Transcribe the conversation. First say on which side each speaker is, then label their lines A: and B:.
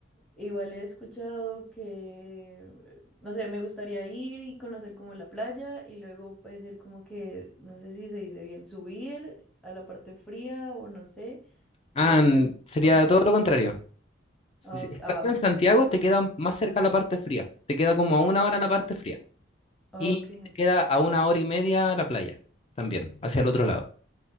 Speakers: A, in the centre; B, on the left.
A: igual he escuchado que, no sé, me gustaría ir y conocer como la playa y luego puede ser como que, no sé si se dice bien, subir a la parte fría o no sé,
B: Ah,
A: y
B: n-
A: hacer
B: sería
A: campamento.
B: todo lo contrario. Si-
A: Ok,
B: si Estando
A: abajo.
B: en Santiago te queda más cerca la parte fría. Te queda como a una
A: Oh,
B: hora la parte fría.
A: ok,
B: Y te
A: ok.
B: queda a una hora y media la playa también, hacia el otro lado.